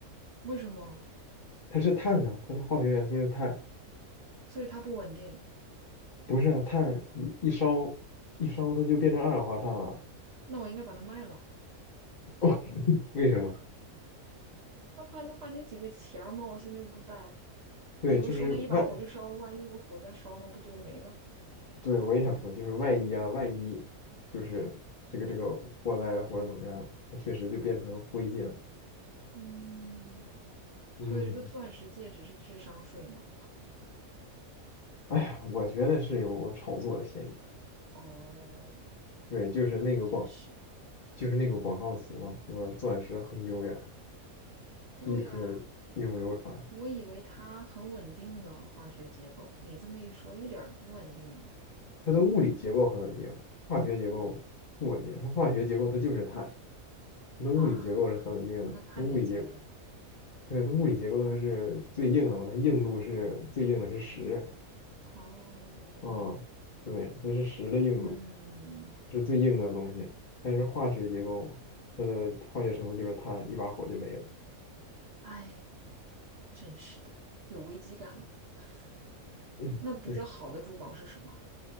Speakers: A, on the right; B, on the left.
A: 为什么？
B: 它是碳呐、它的化学元素是碳，
A: 所以它不稳定。
B: 不是啊，碳一一烧一烧它就变成二氧化碳了，
A: 那我应该把它卖了。
B: <laughs> 为什么？
A: 那不还能换你几个钱儿吗？我现在又不带，
B: 对，
A: 你又说那一把火就烧了，
B: 就是外
A: 万一有火再烧，那不就没了？
B: 对，我也想说，就是万一啊，万一就是这个这个祸害了或者怎么样了它确实就变成灰烬了。
A: 嗯，
B: 嗯，
A: 所以这个钻石戒指是智商税吗？
B: 哎呀，我觉得是有炒作的嫌疑。
A: 哦，
B: 对，就是那个广，
A: 哎，真是。
B: 就是那个广告词嘛，什么“钻石恒久远，
A: 对呀，
B: 一颗永流传”。
A: 我以为它很稳定呢，化学结构。你这么一说，一点儿都不稳定啊！
B: 它的物理结构很稳定，化学结构不稳定。它化学结构它就是碳，它的物理结构是很稳定的。
A: 啊，那太没劲儿了。
B: 它物理结，对，它物理结构它是最硬的嘛，它硬度是最硬的是十。
A: 哦，
B: 嗯，对，它是石的硬度，
A: 嗯，
B: 是最硬的东西。但是化学结构，它的化学成分就是碳，一把火就没了。
A: 哎，真是的，有危机感。<laughs>
B: 嗯，
A: 那比较好的珠宝是什么？
B: 对。